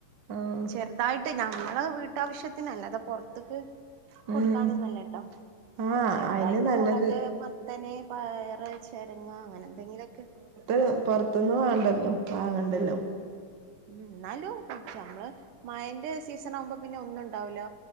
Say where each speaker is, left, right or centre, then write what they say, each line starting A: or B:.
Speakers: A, on the right (about 60°); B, on the right (about 75°).
A: ആഹ്
B: ചെറുതായിട്ട് ഞമ്മള വീട്ടാവശ്യത്തിനല്ലേ അതാ പുൊറത്തേക്ക് കൊടുക്കാനൊന്നല്ലട്ടോ
A: ഉം ആഹ്
B: ചെറുതായിട്ട്
A: അയന്നെ നല്ലത്
B: മുളക് മത്തനെ പയർ ചിരങ്ങ അങ്ങനെ എന്തെങ്കിലുമൊക്കെ
A: ഇ പുൊറത്തുന്ന് വേങ്ങണ്ടല്ലോ വാങ്ങണ്ടല്ലോ
B: ഉ എന്നാലും നമ്മള് മഴന്റെ സീസൺ ആകുമ്പോ പിന്നെ ഒന്നും ഉണ്ടാവൂില്ല